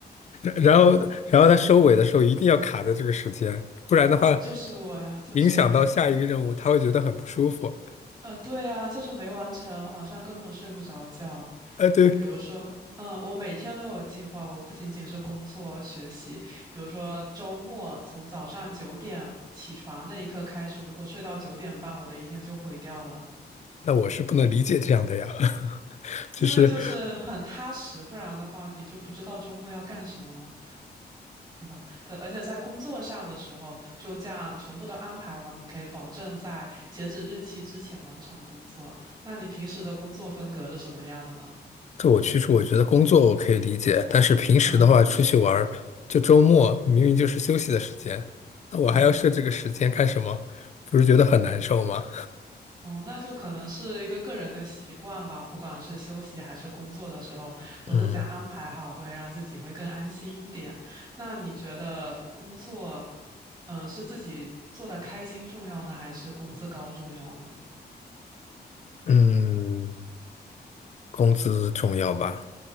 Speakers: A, on the left; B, on the right.
A: <laughs> 然后然后他收尾的时候一定要卡在这个时间，不然的话，
B: 就是我呀，就是我呀。
A: 影响到下一个任务，他会觉得很不舒服。
B: 呃，对呀，就是没完成，晚上根本睡不着觉。
A: 呃，对，
B: 就比如说，嗯，我每天都有计划，我不仅仅是工作学习。比如说周末从早上九点起床那一刻开始，如果睡到九点半，我的一天就毁掉了。
A: 那我是不能理解这样的呀，<laughs> 就是。
B: 因为就是很踏实，不然的话你就不知道周末要干什么，对吧？但而且在工作上的时候，就这样全部都安排完，你可以保证在截止日期之前完成工作。那你平时的工作风格是什么样的呢？
A: 这我其实我觉得工作我可以理解，但是平时的话出去玩儿，
B: 嗯
A: 就周末明明就是休息的时间，那我还要设这个时间干什么？
B: 嗯
A: 不是觉得很难受吗？
B: 哦，那就可能是一个个人的习惯吧，不管是休息还是工作的时候，都是这样安排好，
A: 嗯
B: 会让自己会更安心一点。那你觉得工作，嗯，是自己做的开心重要呢，还是工资高重要呢？
A: 嗯，工资重要吧，